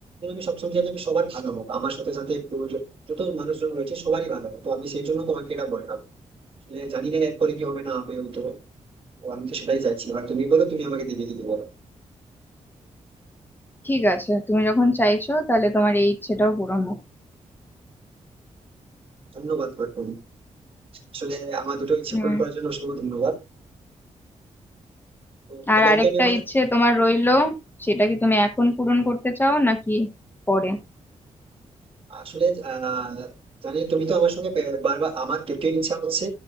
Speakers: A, on the right; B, on the left.
A: আমি সবসময় চাই যে আমি সবার ভালো হোক আমার সাথে সাথে প্রয়োজন যত মানুষজন রয়েছে সবারই ভালো তো আমি সেই জন্য তোমাকে এটা বললাম আসলে জানি না এরপরে কি হবে না হবে তো ও আমি তো সেটাই চাইছি আর তুমি বলো তুমি আমাকে দিবে দিদি বলো
B: ঠিক আছে তুমি যখন চাইছো তাহলে তোমার এই ইচ্ছেটাও পূরণ হোক
A: ধন্যবাদ গৌতম আসলে আমার দুটো ইচ্ছা
B: হুম
A: পূরণ করার জন্য অসংখ্য ধন্যবাদ তো
B: আর
A: এবার
B: আরেকটা
A: কি আমি আমার
B: ইচ্ছে তোমার রইলো সেটা কি তুমি এখন পূরণ করতে চাও নাকি পরে
A: আসলে আহ জানি তুমি তো আমার সঙ্গে পে- বারবার আমার কেউ ইচ্ছা হচ্ছে